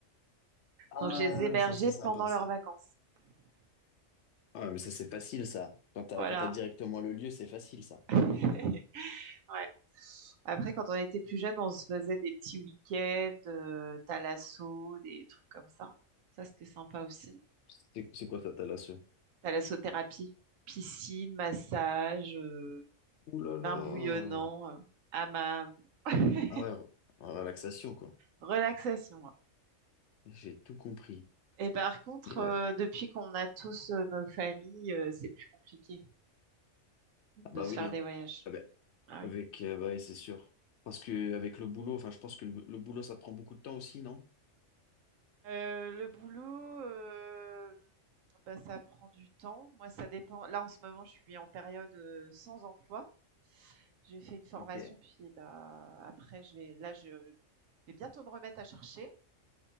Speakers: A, on the left; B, on the right.
A: Ah,
B: Donc je les hébergeais
A: ça c'est sympa
B: pendant leurs
A: ça.
B: vacances.
A: Ah, ouais, mais ça, c'est facile, ça. Quand t'as,
B: Voilà.
A: quand t'as directement le lieu, c'est facile, ça.
B: <laughs> Ouais. Après quand on était plus jeune on se faisait des petits week-ends, euh, thalasso, des trucs comme ça. Ça c'était sympa aussi.
A: C'est c'est quoi ta thalasso?
B: Thalassothérapie, piscine, massage. euh,
A: Ouh là là!
B: bain bouillonnant, euh, hammam, <laughs>
A: Ah ouais, re- relaxation, quoi.
B: relaxation.
A: J'ai tout compris.
B: Et par contre,
A: Mais
B: euh,
A: ouais.
B: depuis qu'on a tous euh, nos familles, euh, c'est plus compliqué de
A: Ah bah
B: se
A: oui,
B: faire
A: hein.
B: des voyages.
A: Ah bah,
B: Ah
A: avec,
B: oui.
A: euh, bah oui, c'est sûr. Parce que avec le boulot, enfin, je pense que le, le boulot, ça te prend beaucoup de temps aussi, non?
B: Euh, le boulot, euh, bah, ça prend du temps. Moi, ça dépend. Là, en ce moment, je suis en période euh, sans emploi. J'ai fait une formation,
A: Ok.
B: puis bah, après, je vais, là, je vais bientôt me remettre à chercher.